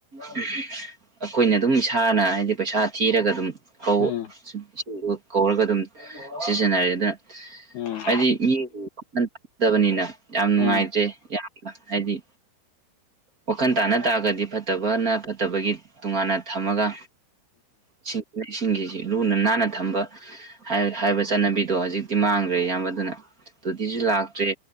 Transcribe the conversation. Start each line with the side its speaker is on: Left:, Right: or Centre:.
Right: ꯑꯩꯈꯣꯏꯅ ꯑꯗꯨꯝ ꯏꯁꯥꯅ ꯍꯥꯏꯗꯤ ꯍꯥꯏꯗꯤ ꯄꯩꯁꯥ ꯊꯤꯔꯒ ꯑꯗꯨꯝꯧ
Left: ꯎꯝ
Right: ꯀꯧꯔꯒ ꯑꯗꯨꯝ ꯁꯤꯖꯤꯟꯅꯔꯦ ꯑꯗꯨꯅ
Left: ꯎꯝ
Right: ꯍꯥꯏꯗꯤ ꯃꯤ ꯋꯥꯟꯗꯕꯅꯤꯅ ꯌꯥꯝ ꯅꯨꯡꯉꯥꯏꯇ꯭ꯔꯦ
Left: ꯎꯝ ꯎꯝ
Right: ꯌꯥꯝꯅ ꯍꯥꯏꯗꯤ ꯋꯥꯈꯟ ꯇꯥꯅ ꯇꯥꯔꯒꯗꯤ ꯐꯠꯇꯕꯅ ꯐꯠꯇꯕꯒꯤ ꯇꯣꯉꯥꯟꯅ ꯊꯝꯃꯒ ꯏꯁꯤꯡ ꯏꯁꯤꯡꯒꯤꯁꯤ ꯂꯨꯅ ꯅꯥꯟꯅ ꯊꯝꯕ ꯍꯥꯏꯕ ꯆꯠꯅꯕꯤꯗꯣ ꯍꯧꯖꯤꯛꯇꯤ ꯃꯥꯡꯈ꯭ꯔꯦ ꯑꯌꯥꯝꯕ ꯑꯗꯨꯅ ꯑꯗꯨꯗꯤꯁꯨ ꯂꯥꯛꯇ꯭ꯔꯦ